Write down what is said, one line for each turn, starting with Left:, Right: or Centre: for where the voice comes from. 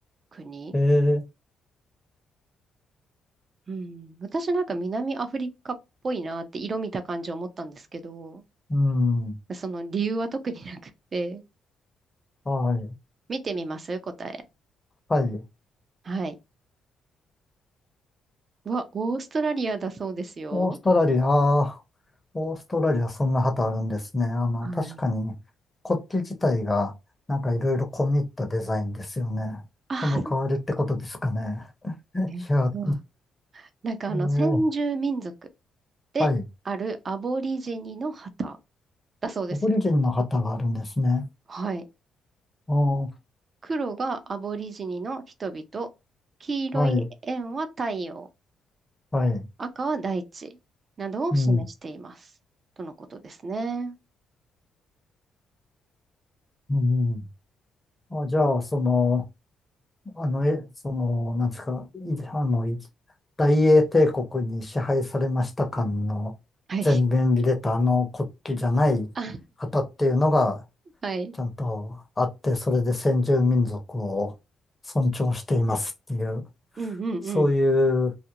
Right: 国。
Left: い。えー、
Right: うん。私なんか南アフリカっぽいなって色見た感じ思ったんですけど、
Left: うん。
Right: その理由は特になくて、
Left: はい。
Right: 見てみます答え。
Left: はい。
Right: はい。うわ、オーストラリアだそうですよ。
Left: オーストラリア、あーオーストラリアそんな旗あるんですね。あの、
Right: はい。
Left: 確かに国旗自体がなんかいろいろ込み入ったデザインですよね。
Right: ああ、
Left: その代わりってことですかね。
Right: そっか。
Left: いや、
Right: えっと、なんかあの、
Left: えー、
Right: 先住民族であるアボリジニの旗
Left: はい。
Right: だそうですよ。
Left: アボリジンの旗があるんですね。
Right: はい。
Left: あー
Right: 黒がアボリジニの人々、黄色い円は太陽、
Left: はい、はい。
Right: 赤は大地などを示しています。
Left: うん、
Right: とのことですね。
Left: うん。あ、じゃあ、その、あの、え、その、なんですか、いあの、い大英帝国に支配されました感の前面に出たあの国旗じゃない旗っていうのが
Right: はい。あ、はい。
Left: ちゃんとあって、それで先住民族を尊重していますっていう、
Right: うんうんうん。
Left: そういう